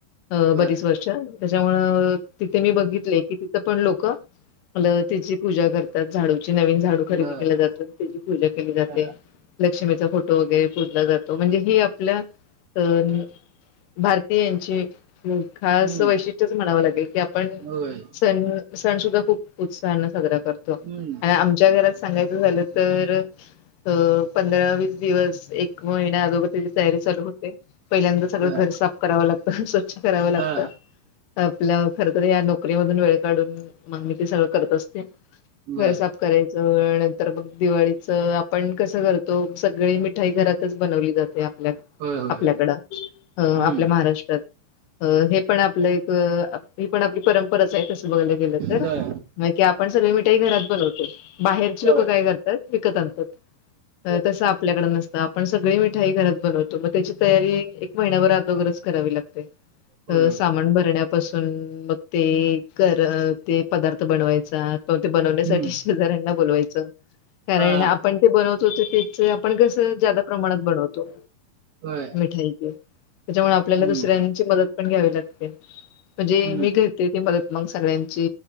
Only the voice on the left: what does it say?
अ
बरीच वर्ष. त्याच्यामुळ तिथे मी बघितलयं की तिथ पण लोक म्हणलं तीची पूजा करतात झाडूची नवीन झाडू खरेदी
केल जात त्याची पूजा केली जाते.
लक्ष्मीचा फोटो वगैरे पुजला जातो म्हणजे हे आपल्या अं भारतीयांची खास
वैशिष्ट्यच म्हणावं लागेल की आपण
सण सण सुद्धा खूप उत्साहने साजरा करतो
आणि आमच्या घरात सांगायचं झालं तर अ पंधरा वीस दिवस एक महिन्या अगोदर त्याची तयारी चालू होते पहिल्यांदा सगळं
घर साप करावं लागत स्वच्छ करावं लागतं.
आपल्या खरंतर या नोकरी मधून वेळ काढून मम्मी ते सगळं करत असते
घर साफ करायचं नंतर मग दिवाळीचं आपण कसं कर तो सगळी मिठाई घरातच बनवली जाते आपल्या
आपल्याकडं
अ
आपल्या महाराष्ट्रात. अ हे पण आपलं एक हे पण आपली परंपराच आहे तसं बघायला गेलं तर
की आपण सगळी मिठाई घरात बनवतो. बाहेरची
लोक काय करतात विकत आणतात.
तसं आपल्याकड नसतं आपण सगळी मिठाई घरात बनवतो मग त्याची तयारी महिनाभर अदोगरच करावी लागते
अ
सामान भरण्या पासून मग ते कर ते पदार्थ बनवायचा. ते बनवण्यासाठी
शेजऱ्यांना बोलवायचं कारण
आपण ते बनवतो त्याच आपण कस ज्यादा प्रमाणात बनवतो
मिठाई ती त्याच्यामुळ आपल्याला
दुसऱ्यांची मदत पण घ्यावी लागते म्हणजे
मी घ घेते मदत मग सगळ्यांची